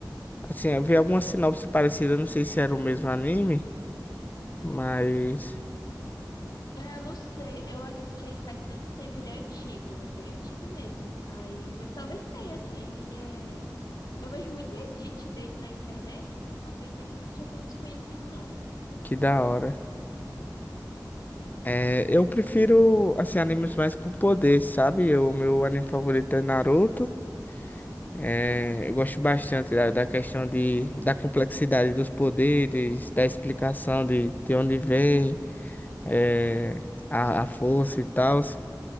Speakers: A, on the left; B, on the left.
A: Assim, eu vi alguma sinopse parecida, não sei se era o mesmo anime, mas
B: É, eu não sei, eu assisti ele faz tanto tempo, ele é antigo, ele é bem antigo mesmo. Aí, mas talvez tenha, assim, ele é Eu vejo muito edit dele na internet, então talvez ele não seja tão desconhecido, não.
A: que da hora. É, eu prefiro, assim, animes mais com poder, sabe? O meu anime favorito é Naruto. É, eu gosto bastante da, da questão de, da complexidade dos poderes, da explicação de, de onde vem, é, a, a força e tal.